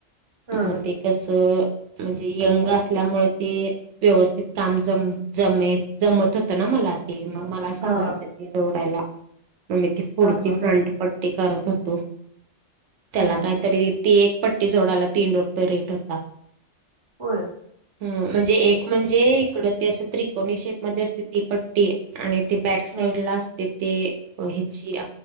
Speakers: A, on the right; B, on the right.
A: ह
B: मग ते कसं म्हणजे यंग असल्यामुळे ते व्यवस्थित काम ज जम जमत होतं ना मला. ते मग मला सांगायचे
A: हा
B: ते जोवडायला मग मी ते फूड
A: हा हा ह
B: पट्टी करत होतो. त्याला
A: हा हा
B: काहीतरी ती एक पट्टी जोडायला तीन रुपये रेट होता.
A: होय.
B: हम्म म्हणजे एक म्हणजे इकड ते असं त्रिकोणीस शेप मध्ये असते ती पट्टी. आणि ते बॅक साइड
A: ह
B: ला असते ते हेची